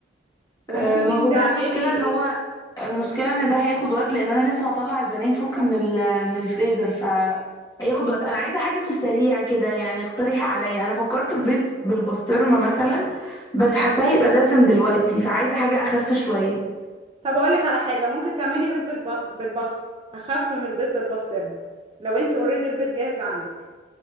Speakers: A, on the right; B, on the left.
A: وممكن
B: آه، ما هو ده
A: تعملي
B: المشكلة ان هو المشكلة ان ده هياخد وقت لان انا لسه هطلع البانيه يفك من ال... من الفريزر ف هياخد وقت انا عايزة حاجة في السريع كده يعني اقترحي عليا انا فكرت في بيض بالبسطرمة مثلا بس حاساه هيبقى دسم دلوقتي فعايزة حاجة اخف شوية
A: طب اقول لك على حاجه ممكن تعملي بيض بالبص... بالبصل اخف من البيض بالبسطرمه لو انت اوريدي البيض جاهز عندك